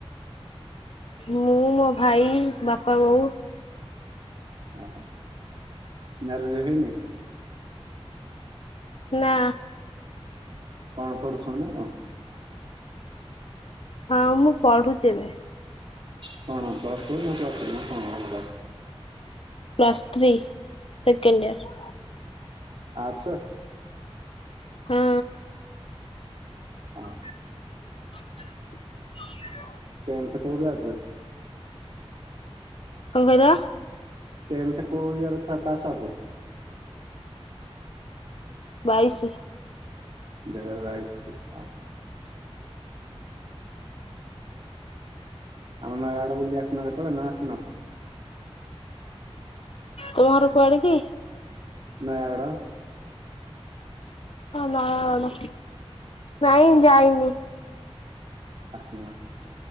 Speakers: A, on the left; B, on the right.
A: ମୁଁ ମୋ ଭାଇ ବାପା ବୋଉ।
B: ଓହୋ ମାରେଜ୍ ହେଇନି।
A: ନା।
B: କଣ ପଢୁଛନ୍ତି ନା କଣ?
A: ହଁ ମୁଁ ପଢୁଛି ଏବେ।
B: କଣ ପ୍ଲସଟୁ ନା ପ୍ଲସଥ୍ରୀ ନା କଣ ଅଲଗା।
A: Plus three second year.
B: ଆଡସେ
A: ହଁ
B: ଓ
A: <unintelligible>
B: ଟେନଥେ କୋଉ ବ୍ୟାଚ?
A: କଣ କହିଲ?
B: ଟେନଥ କୋଉ ଇୟର <unintelligible>
A: ବାଇସି
B: ଦୁଇ ହଜାର ବାଇସି ଆ। ଆଉ ନ ଇଆଡେ ବୁଲି ଆସୁନ କେତେବେଳେ ନା ଆସିନ।
A: ତୁମ ଘର କୁଆଡେ କି?
B: ନୟାଗଡ଼।
A: ଓ ନୟାଗଡ଼ ନାଇଁ ଯାଇନି।
B: ଆସୁନ